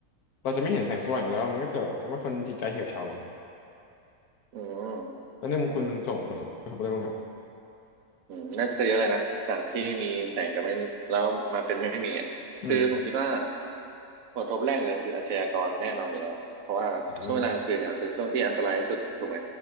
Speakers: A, on the left (about 85°); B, on the right (about 70°).
A: เราจะไม่เห็นแสงสว่างอีกแล้วมันก็จะแบบทำให้คนจิตใจเหี่ยวเฉามั้ง
B: อื
A: แล้วในมุมคุณมันส่งผลกระทบอะไรบ้างครับ
B: ม อืมน่าจะเยอะเลยนะจากที่มีแสงกับไม่มีแล้วมาเป็นไม่มีอ่ะคือผมคิดว่า
A: อืม
B: ผลกระทบแรกเลยคืออาชญากรแน่นอนอยู่แล้วเพราะว่าช่วงเวลากลางคืนเนี่ยเป็นช่วงที่อันตรายที่สุดถูกไหม
A: อ่า